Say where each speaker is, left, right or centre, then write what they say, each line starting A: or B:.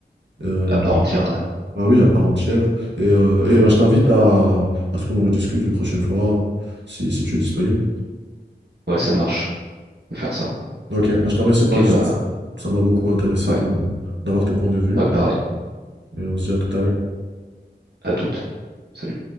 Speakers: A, on the right; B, on the right.
A: Euh,
B: à part entière, ouais.
A: bah oui, à part entière. Et, euh, et bah, je t'invite à, à ce qu'on en rediscute une prochaine fois, si, si tu es disponible.
B: Ouais, ça marche. peut faire ça.
A: Ok, bah, je te remercie pour
B: Ok,
A: la discussion.
B: bah,
A: Ça m'a beaucoup intéressé
B: ouais,
A: de, d'avoir tes points de vue.
B: ouais, pareil.
A: Et on se dit à tout à l'heure.
B: À toutes. Salut.